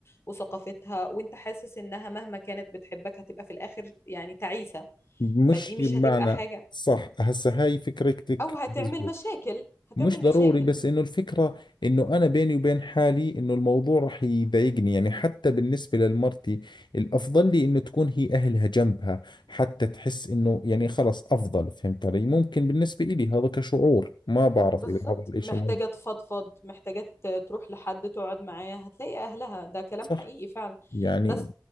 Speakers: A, on the left (about 35°); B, on the left (about 85°).
A: وثقافتها وانت حاسس انها مهما كانت بتحبك هتبقى في الآخر يعني تعيسة
B: مش
A: فدي مش
B: معنى
A: هتبقى حاجة
B: صح هسه هاي فكرتك
A: أو هتعمل
B: مزبوط
A: مشاكل هتعمل
B: مش ضروري
A: مشاكل
B: بس انه الفكرة انه انا بيني وبين حالي انه الموضوع رح يضايقني يعني حتى بالنسبة للمرتي الافضل لي انه تكون هي اهلها جنبها حتى تحس انه يعني خلص افضل فهمت علي ممكن بالنسبة إلي هذا كشعور ما بعرف
A: بالظبط
B: اذا هذا الاشي
A: محتاجة
B: منطقي
A: تفضفض محتاجة ت- تروح لحد تقعد معاه هتلاقي أهلها ده كلام
B: صح
A: حقيقي فعلا
B: يعني
A: بس